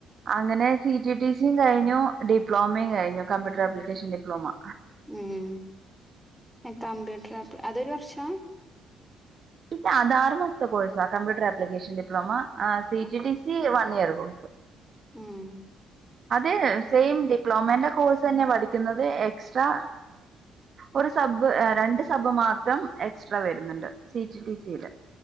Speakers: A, on the right; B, in the centre.
A: അങ്ങനെ ടി ടി സിയും കഴിഞ്ഞു ഡിപ്ലോമയും കഴിഞ്ഞു കമ്പ്യൂട്ടർ ആപ്ലിക്കേഷൻ ഡിപ്ലോമ
B: ഉം കമ്പ്യൂട്ടർ ആപ്പ് അതൊരു വർഷാ
A: ഇല്ല ആറ് മാസത്തെ കോഴ്സാ ആഹ് കമ്പ്യൂട്ടർ അപ്ലിക്കേഷൻ ഡിപ്ലോമ ആഹ് ടി
B: ആ
A: T C one year course course
B: ഉം
A: അത് സെയിം ഡിപ്ലോമന്റെ കോഴ്സ് തന്നെ പഠിക്കുന്നത് എക്സ്ട്രാ ഒരു സബ് രണ്ട് സബ് മാത്രം എക്സ്ട്രാ വരുന്നുണ്ട് സി റ്റ് ടി ടി സി യില്